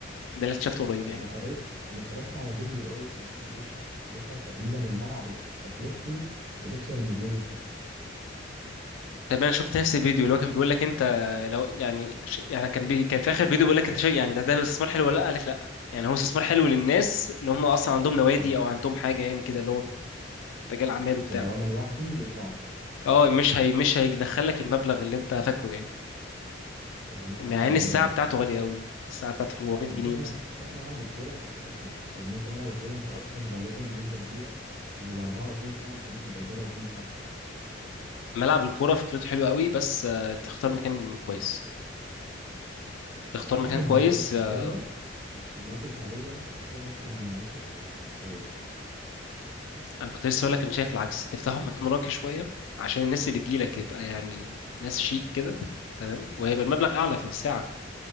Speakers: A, on the left; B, on the right.
A: ده اللي اكتشفته قريب يعني
B: انا قريت انا اتفرجت على فيديو قريب كان واحد بيشرح التكلفه تقريبا الملعب الواحد تكلفته بتكسر المليون وشويه
A: طب انا شفت نفس الفيديو اللي هو كان بيقول لك انت لو يعني ش... يعني كان بي... كان في اخر فيديو بيقول لك انت شايف يعني ده ده استثمار حلو ولا لا قال لك لا يعني هو استثمار حلو للناس اللي هم اصلا عندهم نوادي
B: اه
A: او عندهم حاجه يعني كده اللي هو رجال اعمال
B: لكن
A: وبتاع
B: لو انا لوحدي صعبه
A: اه مش هي مش هيدخلك المبلغ اللي انت فاكره يعني
B: طب وملعب
A: مع
B: كوره
A: ان الساعه
B: ايه رايك
A: بتاعته غاليه قوي الساعه بتاعته في 400
B: انا
A: جنيه
B: شايف
A: مثلا
B: م- شايف ملعب الكوره فكرتها حلوه لان انت ملعب الكوره انت اصلا غالبا بنسبه كبيره من ال 24 ساعه انت ممكن تأجره 20 ساعه منهم
A: ملعب الكوره فكرته حلوه قوي بس آه، تختار مكان كويس تختار
B: اعتقد
A: مكان
B: المناطق
A: كويس
B: الشعبيه
A: آه،
B: مناطق شعبيه تكسبه اكتر من مناطق آه كويسه
A: انا كنت لسه اقول لك انا شايف العكس تفتحه في مكان راقي شويه عشان الناس اللي تجيلك يبقى يعني ناس شيك كده تمام وهيبقى المبلغ اعلى في الساعه